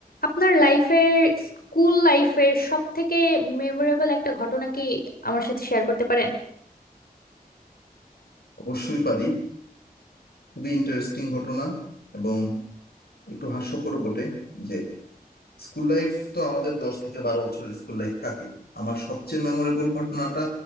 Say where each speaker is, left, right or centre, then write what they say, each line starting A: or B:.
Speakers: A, on the left; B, on the left.
A: আপনার লাইফের স্কুল লাইফের সব থেকে মেমোরেবল একটা ঘটনা কি আমার সাথে শেয়ার করতে পারেন
B: অবশ্যই পারি খুবই ইন্টারেস্টিং ঘটনা এবং একটু হাস্যকরও বটে যে স্কুল লাইফ তো আমাদের দশ থেকে বারো বছরের স্কুল লাইফ থাকে আমার সবচেয়ে মেমোরেবল ঘটনাটা